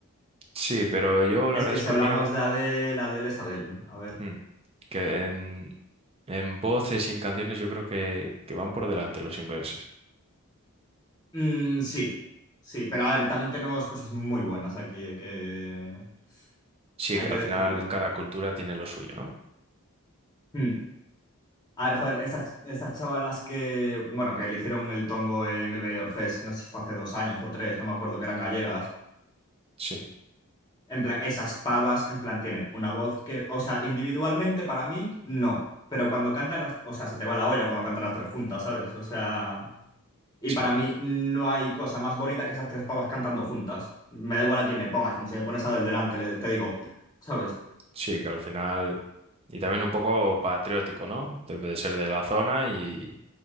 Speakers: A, on the right; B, on the left.
A: sí, pero yo la
B: es
A: verdad
B: que
A: es
B: si
A: que
B: hablamos
A: opino
B: de Adele, Adele es Adele, a ver.
A: Mm. Que en, en voces y en canciones yo creo que, que van por delante los ingleses.
B: Mm, sí, sí, pero a ver, también tenemos cosas muy buenas aquí, hay que,
A: Sí,
B: hay
A: que
B: que
A: al
B: decirlo.
A: final cada cultura tiene lo suyo, ¿no?
B: Hmm. A ver, joder, estas, estas chavalas que, bueno, que le hicieron el tongo en el Benidorm Fest, no sé si fue hace dos años o tres, no me acuerdo que eran gallegas.
A: Sí,
B: En plan, esas pavas, en plan, tienen una voz que, o sea, individualmente para mí, no. Pero cuando cantan las, o sea, se te va la olla cuando cantan las tres juntas, ¿sabes? O sea, y
A: sí,
B: para mí
A: que,
B: no hay cosa más bonita que esas tres pavas cantando juntas. Me da igual a quién me pongas, como si me pones a del delante, le- te digo, ¿sabes?
A: sí, que al final... Y también un poco patriótico, ¿no? Debe de ser de la zona y,